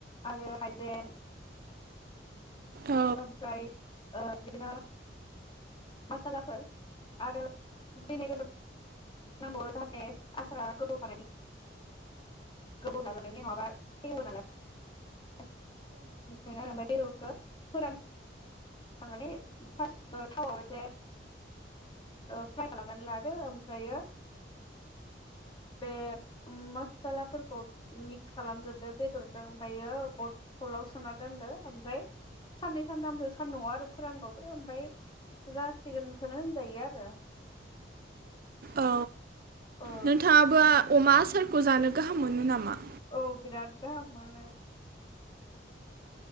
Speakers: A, on the left; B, on the right.
A: आरो हाइ जें
B: औ
A: ओमफ्राय ओ बिदिनो मासालाफोर आरो बि बे नग <unintelligible> नांगौ जाहाथे आसारा गोबाव थानायनि गोबाव जाजोबनायनि नङाबा सेवो नालाय ओखायनो आरो बेदरखो फोरान खांनानैै फार्स्ट थावआव एसे ओ फ्राय खालामनानै लादो ओमफ्रायो बे मसालाफोरखौ मिक्स खालामजोबदो बेदरजों ओमफ्रायो बथलाव सोना दोनदो ओमफ्राय साननै सानथामसो सान्दुंआव आरो फोरानबावदो ओमफ्राय जासिगोन खोनो होनजायो आरो
B: औ
A: औ
B: नोंथाङाबो अमा आसारखौ जानो गाहाम मोनो नामा
A: औ बिराद गाहाम मोनो।